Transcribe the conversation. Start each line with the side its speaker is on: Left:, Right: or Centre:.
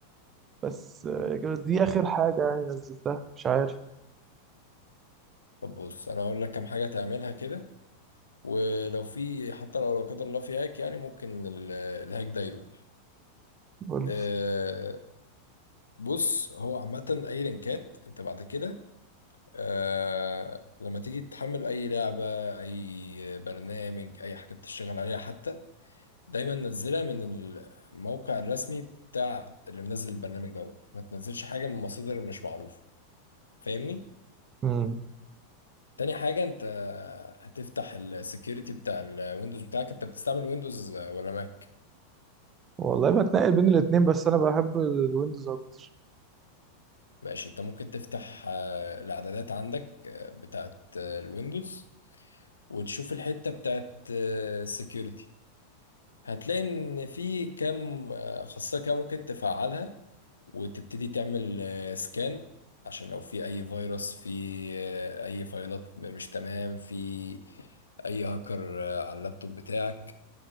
Right: بس آه، كانت دي اخر حاجة يعني نزلتها مش عارف
Left: طب بص انا هقول لك كام حاجة تعملها كده ولو في حتى لو لا قدر الله في هاك يعني ممكن ال- الهاك ده يروح
Right: قول لي
Left: أه بص هو عامة أي لينكات أنت بعد كده آه لما تيجي تحمل اي لعبة اي برنامج اي حاجة بتشتغل عليها حتى دايما نزلها من الموقع الرسمي بتاع اللي منزل البرنامج دوت ما تنزلش حاجة من مصادر مش معروفة فاهمني
Right: مم.
Left: تاني حاجة انت هتفتح السكيورتي بتاع الويندوز بتاعك انت بتستعمل ويندوز ولا ماك
Right: والله بتنقل بين الاتنين بس انا بحب الويندوز اكتر
Left: ماشي انت ممكن تفتح آه، الاعدادات عندك آه، بتاعت آه، الويندوز وتشوف الحتة بتاعت السكيورتي هتلاقي ان في كام آه، خاصية كده ممكن تفعلها وتبتدي تعمل آه، سكان عشان لو في اي فيروس في آه، اي فايلات مش تمام في اي هاكر آه، على اللابتوب بتاعك